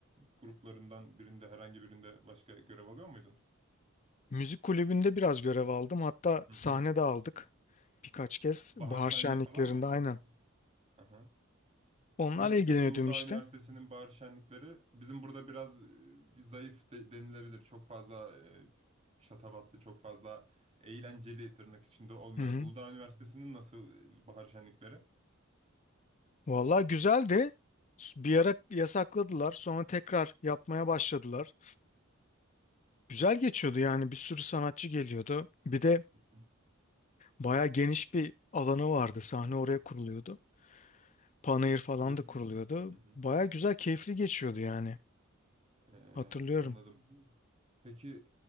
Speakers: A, on the right; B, on the left.
A: gruplarından birinde herhangi birinde başka görev alıyor muydun?
B: Müzik kulübünde biraz görev aldım. Hatta
A: Hı
B: sahne
A: hı.
B: de aldık birkaç kez.
A: Bahar
B: Bahar
A: şenliği
B: şenliklerinde
A: falan mıydı?
B: aynen.
A: Aha.
B: Onlarla
A: Nasıl
B: ilgileniyordum
A: peki Uludağ
B: işte.
A: Üniversitesi'nin bahar şenlikleri? Bizim burada biraz e, bir zayıf de- denilebilir. Çok fazla e, şatafatlı, çok fazla eğlenceli tırnak içinde olmuyor.
B: Hı hı.
A: Uludağ Üniversitesi'nin nasıl e, bahar şenlikleri?
B: Vallahi güzeldi. Bir ara yasakladılar. Sonra tekrar yapmaya başladılar. Güzel geçiyordu yani. Bir sürü sanatçı geliyordu. Bir de
A: Hı hı.
B: baya geniş bir alanı vardı. Sahne oraya kuruluyordu. Panayır falan
A: Peki.
B: da kuruluyordu.
A: Hı hı.
B: Baya güzel, keyifli geçiyordu yani.
A: Ee,
B: Hatırlıyorum.
A: anladım. Peki